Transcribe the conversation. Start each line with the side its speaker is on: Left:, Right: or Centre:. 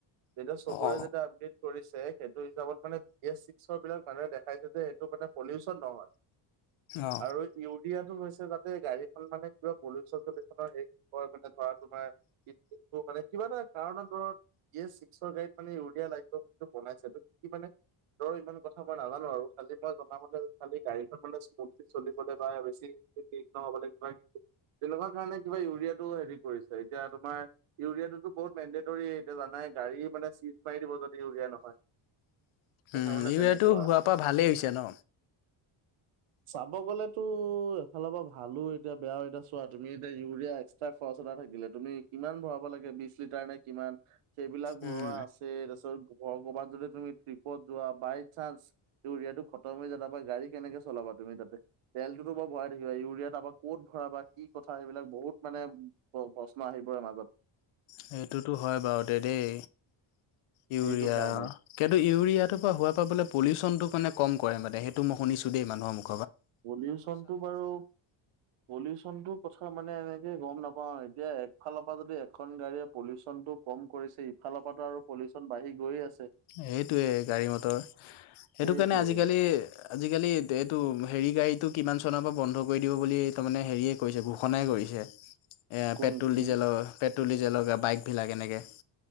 Right: যেতিয়া চবৰে
Left: অ
Right: যেতিয়া আপড্ৰেট কৰিছে সেইটো হিচাপত মানে গেছ চিক্সৰ বিলাক মানুহে দেখাইছে যে এইটো মানে পলিউচন নহয়।
Left: অ
Right: আৰু ইউৰিয়াটো হৈছে যাতে গাড়ীখন মানে কিবা পলিউচন চলিচনৰ মানে ধৰা তোমাৰ মানে কিবা কাৰণ দৰত ই চিকছৰ গাইডত মানে ইউৰিয়া লাগিব বুলিটো বনাইছে কি মানে ৰ ইমান কথা মই নাজানো আৰু খালি মই জনামতে খালি গাড়ী <inaudible> চলিবলে বা বেছি নহ'বলে <inaudible> তেনেকুৱা কাৰণে কিবা ইউৰিয়াটো হেৰি কৰিছে এতিয়া তোমাৰ ইউৰিয়া টোতো বহুত মেণ্ডেটৰ এতিয়া জানাই গাড়ী মানে চিট মাৰি দিব যদিও আউলীয়া নহয় কথা
Left: উম
Right: মানে
Left: এইটো
Right: তেনেকুৱা
Left: হোৱাৰ পৰা ভালেই হৈছে ন।
Right: চাব গ'লেতো এফালৰ পৰা ভালো এতিয়া বেয়া এতিয়া চোৱা তুমি এতিয়া ইউৰিয়া এক্সট্ৰা খৰচ এটা থাকিলে। তুমি কিমান ভৰাব লাগে বিশ লিটাৰ নে কিমান সেইবিলাক ভৰোৱা
Left: উম
Right: আছে তাৰপিছত ঘ ক'বাত যদি তুমি টিপত যোৱা বাই চান্স ইৰিয়াতটো খতম হৈ য তাপা গাড়ী কেনেকে চলাবা তুমি তাতে তেলটোতো ব মই ইউৰিয়াত আকৌ ক'ত ভৰা বা কি কথা সিবিলাক বহুত মানে প্ৰশ্ন আহি পৰে মাজত।
Left: সেইটোতো হয় বাৰু দে দেই ইউৰিয়া
Right: সেইটো কাৰণে
Left: কিন্তু ইউৰিয়াটো পৰা হোৱা <unintelligible> পলিউচনটো মানে কম কৰে সেইটো মই শুনিছোঁ দেই মানুহৰ মুখ
Right: পলিউচনতটো বাৰু পলিউচনটো কথা মানে এনেকে গম নাপাওঁ এতিয়া একফালৰ পৰা যদি এখন গাড়ীয়ে পলিউচনটো কম কৰিছে ফাল ফালপাৰ আৰু পলিউচন বাঢ়ি গৈ আছে।
Left: সেইটোয়ে গাড়ী মটৰ সেইটো
Right: সেইটোৱে
Left: কাৰণে আজিকালি আজিকালি এইটো হেৰি গাড়ীতটো কিমান চনৰ পৰা বন্ধ কৰি দিব বুলি তাৰমানে হেৰিয়ে কৰিছে ঘোষণাই কৰিছে। এ
Right: কোন
Left: পেট্ৰল
Right: কি
Left: ডিজেলৰ পেট্ৰল ডিজেলৰ বাইকবিলাক এনেকে।